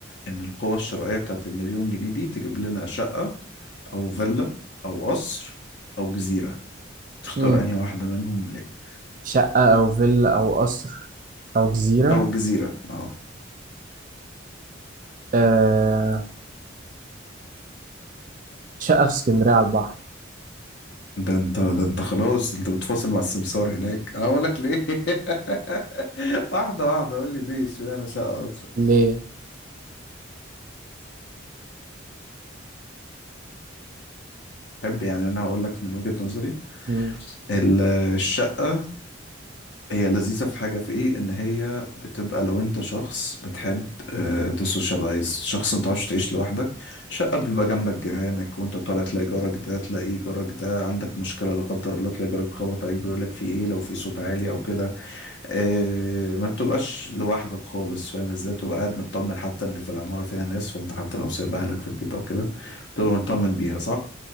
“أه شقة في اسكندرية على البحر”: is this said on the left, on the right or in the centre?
Right